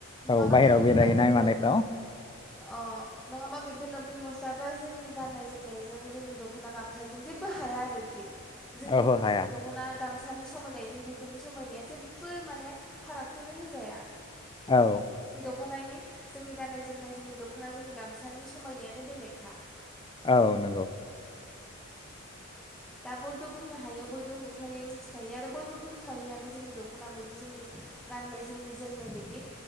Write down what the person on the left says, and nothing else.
औ बाहेरायाव
बेरायहैनाय
मानायफ्राव
ओहो हाया
औ
औ नंगौ।